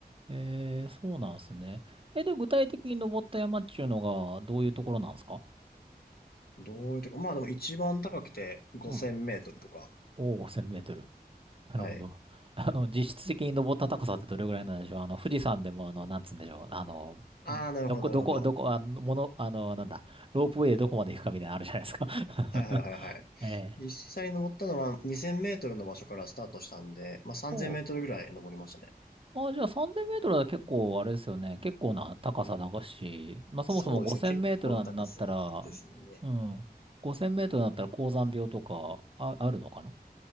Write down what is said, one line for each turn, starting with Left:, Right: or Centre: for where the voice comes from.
Right: えー、そうなんですね。え、で、具体的に登った山っていうのが、どういうところなんですか
Left: どういうとこ、まあでも一番高くて5000メートルとか。
Right: うん。おお、0 0 0メートル。なるほど。
Left: はい。
Right: <laughs> あの、実質的に登った高さってどれぐらいなんでしょうあの、富士山でも、あの、なんつうんでしょう。あの、
Left: ああ、なるほど、
Right: どこ、
Left: なるほど。
Right: どこ、どこ、あの、もの、あの、なんだ、ロープウェイでどこまで行くかみたいなのあるじゃないですか。
Left: はいはいはいはい。
Right: <laughs> ええ。
Left: 実際登ったのは2000メートルの場所からスタートしたんで、まあ3000メートルぐらい登りましたね。
Right: おう。あ、じゃあ3000メートルは結構、あれですよね。結構な高さだし、まあそもそも5000メートルになったら、
Left: そうですね。結構な高さですね。
Right: うん。5000メートルになったら高山病とか、あ、あるのかな